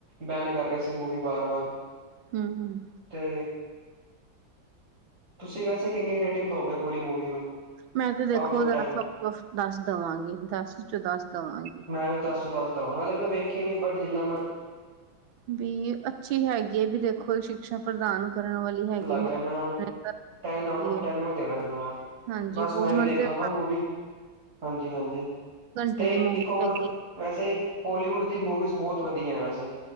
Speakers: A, on the right; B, on the right.
A: ਬੈਨ ਕਰ ਰਹੇ ਸੀ, ਮੂਵੀ ਬਾਰ-ਬਾਰ।
B: ਹੂੰ, ਹੂੰ।
A: ਤੇ ਤੁਸੀਂ ਵੈਸੇ ਕਿੰਨੀ ਰੇਟਿੰਗ ਦੋਗੇ, ਪੂਰੀ ਮੂਵੀ ਨੂੰ?
B: ਮੈਂ ਤੇ ਦੇਖੋ,
A: ਆਊਟ ਆਫ
B: ਉਦੇ
A: ਟੈਨ
B: ਨਫਾ ਔਫ ਦੱਸ ਦਵਾਂਗੀ, ਦਸ ਵਿਚੋ ਦੱਸ ਦਵਾਂਗੀ।
A: ਮੈਂ, ਵੀ ਦੱਸ ਚੋ ਦੱਸ ਦਵਾਂਗਾ ਲੇਕਿਨ ਮੈਂ ਵੇਖਿਆ ਨੀ, ਬਟ ਜਿੰਨਾਂ ਮੈਂ
B: ਵੀ ਅੱਛੀ ਹੈਗੀ ਏ, ਵੀ ਦੇਖੋ ਸ਼ਿਕਸ਼ਾ-ਪ੍ਰਦਾਨ ਕਰਨ ਵਾਲੀ ਹੈਗੀ।
A: ਲੱਗ ਰਿਹਾ ਮੈਂ ਹੁਨ,
B: ਹੈਗੀ
A: ਟੈਨ ਆਊਟ ਔਫ
B: ਹੈ
A: ਟੈਨ ਮੈਂ ਦੇਣਾ ਚਾਹੁੰਨਾਂ ਵਾਂ,
B: ਹਾਂਜੀ
A: ਬਸ
B: ਬਹੁਤ
A: ਮੈਂ ਵੀ
B: ਮਨ
A: ਦੇਖਾਂਗਾ
B: ਤੇ
A: ਮੂਵੀ, ਹਾਂਜੀ-ਹਾਂਜੀ
B: ਘੰਟੇ
A: ਤੇ,
B: ਦੀ ਮੂਵੀ
A: ਇੱਕ ਹੋਰ,
B: ਹੈਗੀ
A: ਵੈਸੇ ਪੋਲੀਵੁੱਡ ਦੀ ਮੂਵੀਜ਼ ਬਹੁਤ ਵਧੀਆ ਆਂ, ਵੈਸੇ,